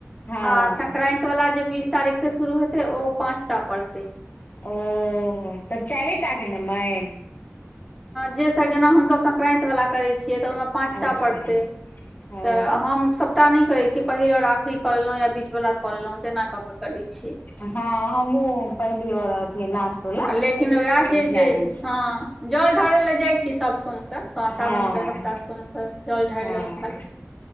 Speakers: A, on the left; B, in the centre.
A: हँ
B: आ सक्रैत वाला जे बीस तारीख से शुरू हेतै ओ पाँचटा पड़तै
A: ओ तऽ चैरेटाके ने मैन
B: जे स जेना हम सभ सक्रैंत वाला करैय छियै तऽ ओहिमे पाॅंच
A: अच्छा
B: टा परतैय
A: ओ
B: तऽ हम सभ टा नहि करैत छी पहिल आओर आखिरी कऽ लेलहुँ या बीच वाला कऽ लेलहुँ तेना कऽ कऽ करैत छीयै।
A: हँ हमहुँ पहिली आर अथि लास्ट वला
B: लेकिन
A: अपन
B: उएह छैन जे
A: कए लै छी
B: हँ जल ढारय लऽ जाइ छी सभ सोम। के सा सावन
A: हँ
B: के सभटा सोमके जल ढैर
A: हँ
B: लेलौ खाली